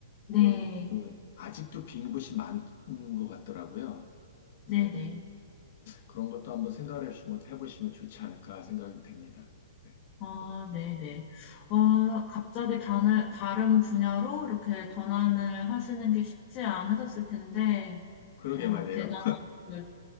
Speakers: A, on the left (about 30°); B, on the left (about 45°).
A: 네.
B: 그, 그 아직도 빈 곳이 많은 것 같더라고요. 그래서
A: 네네.
B: 그런 것도 한번 생각을 해보시면 해보시면 좋지 않을까 생각이 됩니다. 네.
A: 아, 네네. 어, 갑자기 다른, 다른 분야로 이렇게 전환을 하시는 게 쉽지 않으셨을 텐데,
B: 그러게
A: 어,
B: 말이에요.
A: 대단한 것